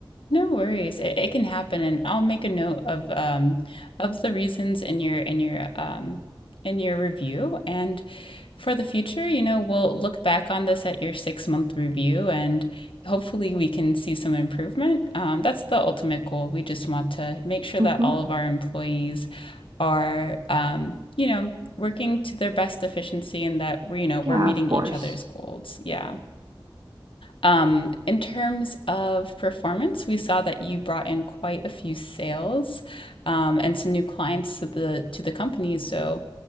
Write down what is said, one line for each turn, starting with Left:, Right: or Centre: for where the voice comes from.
Left: No worries. It, it can happen, and I'll make a note of um of the reasons in your in your um in your review. And for the future, you know, we'll look back on this at your six month review, and hopefully we can see some improvement. Um, that's the ultimate goal. We just want to make sure
Right: hmm
Left: that all of our employees are um, you know, working to their best efficiency and that we're, you know,
Right: Yeah,
Left: we're meeting
Right: of course.
Left: each other's goals. Yeah. Um, in terms of performance, we saw that you brought in quite a few sales, um, and some new clients to the to the company. So